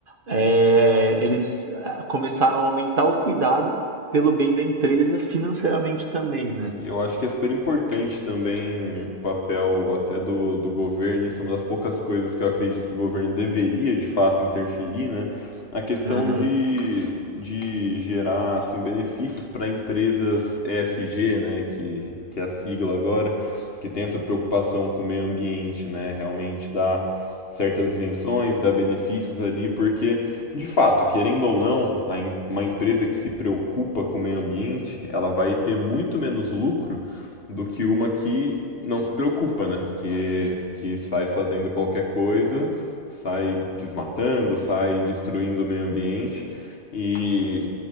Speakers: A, on the right; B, on the left.
A: eh, eles ah, começaram a aumentar o cuidado pelo bem da empresa financeiramente também, né?
B: E eu acho que é super importante também o papel até do, do governo, isso é uma das poucas coisas que eu acredito que o governo deveria de fato interferir, né? A questão
A: Aham.
B: de, de gerar assim, benefícios para empresas E S G né? Que, que é a sigla agora, que tem essa preocupação com o meio ambiente, né? Realmente dá certas isenções, dá benefícios ali, porque de fato, querendo ou não, a em- uma empresa que se preocupa com o meio ambiente, ela vai ter muito menos lucro do que uma que não se preocupa, né? Que, que sai fazendo qualquer coisa, sai desmatando, sai destruindo o meio ambiente e